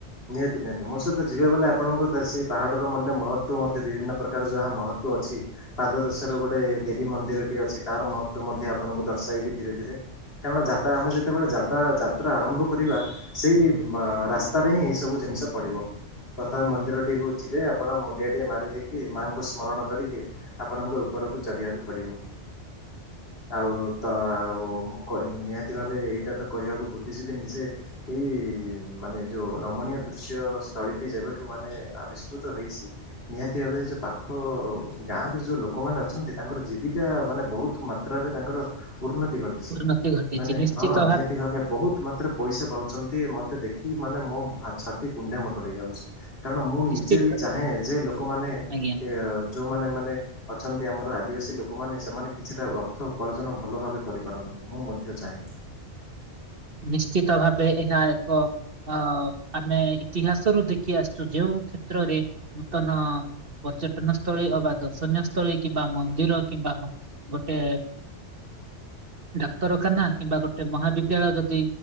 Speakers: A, on the left; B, on the right.
A: ନିହାତି ନିହାତି ମୋ ସହିତ ଯିବେ ବୋଲି ଆପଣଙ୍କ ତ ସେ ପାହାଡ଼ର ମଧ୍ୟ ମହତ୍ଵ ମଧ୍ୟ ବିଭିନ୍ନ ପ୍ରକାର ଯାହା ମହତ୍ଵ ଅଛି। ପାଦ ଦେଶର ଗୋଟେ ଦେବୀ ମନ୍ଦିର ଟି ଅଛି ତାର ମହତ୍ଵ ମଧ୍ୟ ଆପଣଙ୍କୁ ଦର୍ଶାଇବି ଧୀରେ ଧୀରେ। କାରଣ ଯାତା ଆମେ ଯେତେବେଳେ ଯାତା ଯାତ୍ରା ଆରମ୍ଭ କରିବା ସେଇ ରାସ୍ତା ପାଇଁ ଏଇ ସବୁ ଜିନିଷ ପଡିବ। ପ୍ରଥମେ ମନ୍ଦିରଟିକୁ ଯିବେ ଆପଣ ମୁଣ୍ଡିଆଟିଏ ମାରିଦେଇକି ମାଆଙ୍କୁ ସ୍ମରଣ କରିକି ଆପଣଙ୍କ ଉପରକୁ ଚଢିବାକୁ ପଡିବ ଆଉ ତ ଆଉ ନିହାତି ଭାବେ ଏଇଟା ତ କହିବାକୁ ଭୁଲିଯିବି ନିଜେ ଏଇ ମାନେ ଯେଉଁ ରମଣୀୟ ଦୃଶ୍ୟ ସ୍ଥଳୀଟି ଯେବେଠୁ ମାନେ ଆବିଷ୍କୃତ ହେଇଛି। ନିହାତି ଭାବେ ଯେଉଁ ପାଖ ଗାଁରେ ଯେଉଁ ଲୋକମାନେ ଅଛନ୍ତି ତାଙ୍କର ଜୀବିକା ମାନେ ବହୁତ ତାଙ୍କର ଉନ୍ନତି ଘଟିଛି
B: ଉନ୍ନତି ଘଟିଛି
A: ମାନେ
B: ନିଶ୍ଚିତ
A: ହଁ ନିହାତି ଭାବେ ବହୁତ ମାତ୍ରାରେ ପଇସା ପାଉଛନ୍ତି ମତେ ଦେଖି ମାନେ ମୋ ଛାତି କୁଢେ ମୋଟ ହେଇଯାଉଛି। କାରଣ ମୁଁ ନିଜେ
B: ନିଶ୍ଚିତ
A: ବି ଚାହେଁ ଯେ ଲୋକମାନେ
B: ଆଜ୍ଞା।
A: ଯେଉଁମାନେ ମାନେ ଅଛନ୍ତି ଆମର ଆଦିବାସୀ ଲୋକମାନେ ସେମାନେ କିଛିଟା ଅର୍ଥ ଉପାର୍ଜନ ଭଲ ଭାବେ କରିପାରନ୍ତୁ ମୁଁ ମଧ୍ୟ ଚାହେଁ।
B: ନିଶ୍ଚିତ ଭାବେ ଏଟା ଏକ ଅ ଆମେ ଇତିହାସରୁୁ ଦେଖି ଆସିଛୁ ଯୋଉଁ କ୍ଷେତ୍ରରେ ନୂତନ ପର୍ଯ୍ୟଟନ ସ୍ଥଳୀ ଅବା ଦର୍ଶନୀୟ ସ୍ଥଳୀ କିମ୍ବା ମନ୍ଦିର କିମ୍ବା ଗୋଟେ ଡାକ୍ତରଖାନା କିମ୍ବା ଗୋଟେ ମହାବିଦ୍ୟାଳୟ ଜ ଯଦି